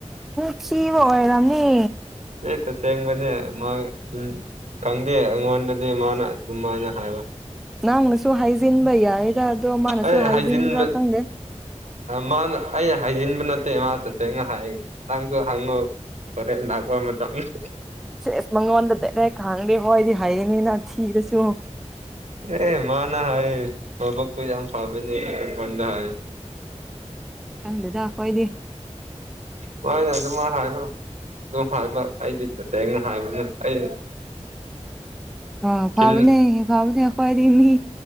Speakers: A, in the centre; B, on the right (about 75°).
A: ꯀ ꯑꯣꯏꯔꯝꯅꯤ
B: ꯍ ꯇꯁꯦꯡ ꯃꯅꯦ ꯎ ꯈꯪꯗꯦ ꯑꯩꯉꯣꯟꯗꯗꯤ ꯃꯥꯅ ꯑꯗꯨꯝꯥꯏꯅ ꯍꯥꯏꯕ
A: ꯅꯪꯅꯁꯨ ꯍꯥꯏꯖꯤꯟꯕ ꯌꯥꯏꯗ ꯑꯗꯣ ꯃꯥꯅꯁꯨ
B: ꯑꯩ
A: ꯍꯥꯏꯖꯤꯟꯕ꯭ꯔꯥ
B: ꯍꯥꯏꯖꯤꯟꯕ
A: ꯈꯪꯗꯦ
B: ꯃꯥꯅ ꯑꯩꯅ ꯍꯥꯏꯖꯤꯟꯕ ꯅꯠꯇꯦ ꯏꯃꯥ ꯇꯁꯦ ꯑꯩꯅ ꯍꯥꯏ ꯅꯪꯁꯨꯣ ꯍꯪꯉꯨ ꯍꯣꯔꯦꯟ ꯂꯥꯛꯄ ꯃꯇꯝꯗ
A: ꯦ ꯃꯒ ꯋꯥꯟꯗ ꯇ ꯈꯥ ꯑꯣꯏꯣꯏꯗꯤ ꯍꯥꯏ ꯊꯒ ꯁꯤ
B: ꯑꯦ ꯃꯥꯅ ꯍꯥꯏ ꯂꯕꯛꯛꯇ ꯌꯥꯝ ꯌꯥꯝ ꯐꯕ ꯃꯗ ꯍꯥꯏ
A: ꯆꯪꯂꯤꯗ ꯍꯣꯏꯗꯤꯦ
B: ꯍꯣꯏ ꯑꯗꯨꯃ ꯍꯥꯏꯕ ꯑꯗꯨꯝ ꯍꯥꯏꯕ ꯑꯩꯗꯤ ꯇꯁꯦꯡꯅ ꯍꯥꯏꯕꯅꯤ ꯑꯩ
A: ꯑ ꯐꯥꯎꯅꯦꯥꯎꯅꯦ
B: ꯊꯤꯜ
A: ꯑꯈꯋꯥꯏꯔꯤ ꯃꯤ